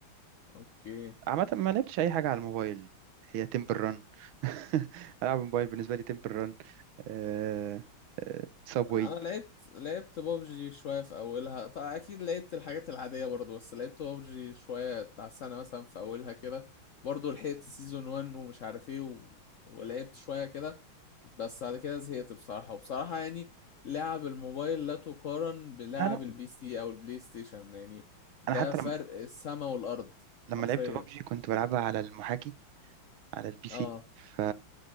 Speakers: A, on the left; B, on the right.
A: اوكي
B: عامة ما لعبتش أي حاجة على الموبايل هي تمبل ران <laughs> ألعب الموبايل بالنسبة لي تمبل ران أه أه سابوي
A: انا لعبت لعبت بابجي شويه في اولها طبعا اكيد لعبت الحاجات العاديه برضو بس لعبت بابجي شويه بتاع سنه مثلا في اولها كده برضو لحقت سيزون 1 ومش عارف ايه و... ولعبت شويه كده بس بعد كده زهقت بصراحه وبصراحه يعني لعب الموبايل لا تقارن بلعب
B: لا لا
A: البي سي او البلاي ستيشن يعني ده
B: أنا حتى
A: فرق
B: لما
A: السما والارض
B: لما
A: حرفيا
B: لعبت ببجي كنت بلعبها على المحاكي على البي سي
A: اه
B: ف